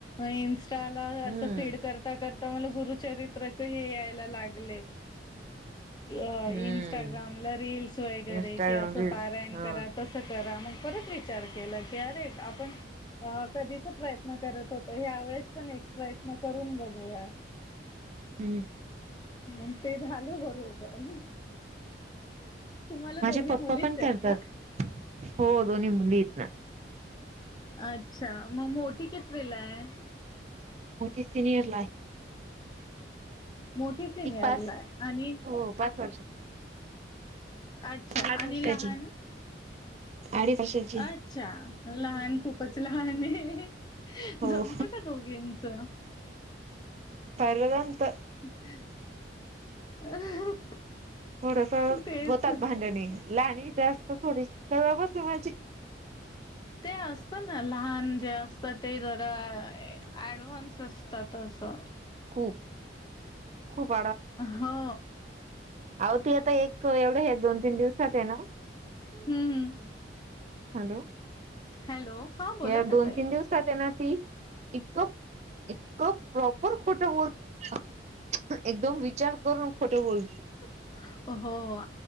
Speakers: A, on the left; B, on the right.
A: इंस्टाला
B: हम्म
A: अस फीड करता कर. आ मला गुरुचरित्राचे हे यायला लागलेत. अ
B: हम्म
A: इंस्टाग्रामला रीलस वगैरे
B: इंस्टाग्राम
A: कि असं
B: रील्स
A: पारायण
B: हा
A: करा. कसं करा मग परत विचार केला की अरे आपण अ कधीच प्रयत्न करत होत ह्या वेळेस पण एक प्रयत्न करून बघूया.
B: हम्म
A: मग ते झालं बरोबर. तुम्हाला
B: माझे
A: दोघी
B: पप्पा
A: मुलीच
B: पण
A: आहेत
B: करतात.
A: का?
B: हो दोन्ही मुली आहेत ना.
A: अच्छा मग मोठी कितविलाय
B: मोठी सिनियरला आहे.
A: मोठी सिनियरला
B: ती पास
A: आहे आणि
B: हो पाच वर्ष
A: अच्छा
B: वाची
A: आणि लहान
B: आडी कशी
A: अच्छा लहान खूपच लहान आहे.
B: हो
A: जमत का दोघींच.
B: जमत
A: <unintelligible>
B: थोडस
A: तेच
B: होतात भांडणी लाहनी जास्त थोडीशी करा बस माझी
A: ते असत ना लहान जे असत ते जरा ऍडव्हान्स असतात असं
B: खूप खूप
A: हा
B: अव ती आता एक एवढं हे दोन तीन दिवसात आहे ना
A: हम्म
B: हॅलो
A: हॅलो हा बोला
B: या
A: ना
B: दोन
A: ताई
B: तीन दिवस ना इतकं इतकं प्रॉपर खोटं बोलते ना एकदम विचार करून खोटे बोलतो
A: हो हो